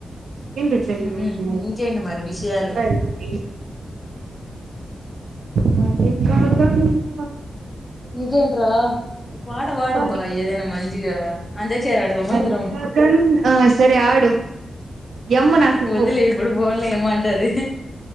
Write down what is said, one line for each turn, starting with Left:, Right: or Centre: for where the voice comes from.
Right: చికెన్ పెడతరి
Left: ఉమ్
Right: ఈ రోజు
Left: ఇంకేంటి మరి విషయాలు
Right: త్వరగా అయింది మల్లికా గంధ
Left: ఇకేంట పాట
Right: చెప్పాలి
Left: పాడుబా ఏదైనా మంచి డియర్ అంటే చేరాడుద మాధరం
Right: మల్లికాగం ఆ సరే ఆడు ఎమ్ నాకివ్వు
Left: వదిలే ఇప్పుడు పోన్లే మంటది